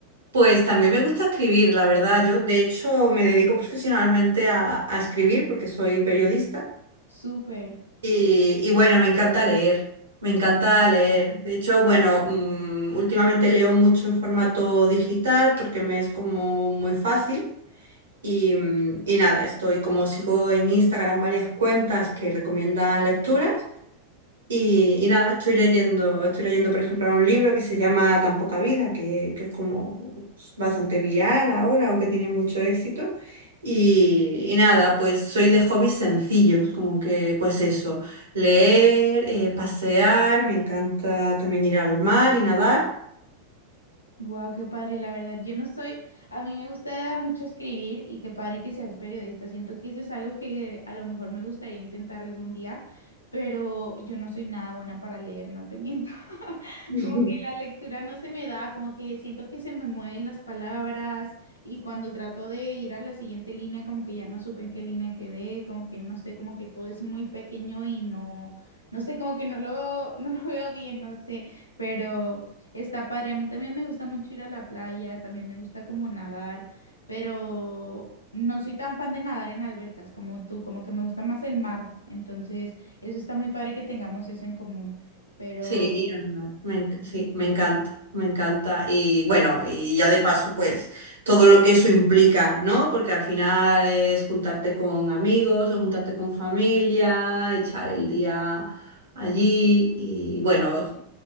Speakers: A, on the right; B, on the left.
A: Pues también me gusta escribir, la verdad. Yo, de hecho, me dedico profesionalmente a, a escribir porque soy periodista.
B: Súper.
A: Y, y bueno, me encanta leer, me encanta leer. De hecho, bueno, mm, últimamente leo mucho en formato digital porque me es como muy fácil. Y, mm, y nada, estoy como sigo en Instagram varias cuentas que recomiendan lecturas. Y, y nada, estoy leyendo, estoy leyendo, por ejemplo, ahora un libro que se llama Tan poca vida, que, que es como bastante viral ahora o que tiene mucho éxito. Y, y nada, pues soy de hobbies sencillos, como que pues eso, leer, eh, pasear, me encanta también ir al mar y nadar.
B: Wow, qué padre, la verdad. Yo no soy, a mí me gusta mucho escribir y qué padre que seas periodista. Siento que eso es algo que a lo mejor me gustaría intentar algún día, pero yo no soy nada buena para leer, no te miento. <laughs>
A: <laughs>
B: Como que la lectura no se me da, como que siento que se me mueven las palabras y cuando trato de ir a la siguiente línea, como que ya no supe en qué línea quedé, como que no sé, como que todo es muy pequeño y no, no sé, como que no lo, <laughs> no lo veo bien, no sé, pero... Está padre, a mí también me gusta mucho ir a la playa, también me gusta como nadar, pero no soy tan fan de nadar en albercas como tú, como que me gusta más el mar, entonces eso está muy padre que tengamos eso en común, pero
A: Sí, ir al mar, me, enc- sí, me encanta, me encanta. Y bueno, y ya de paso, pues todo lo que eso implica, ¿no? Porque al final es juntarte con amigos o juntarte con familia, echar el día allí y bueno,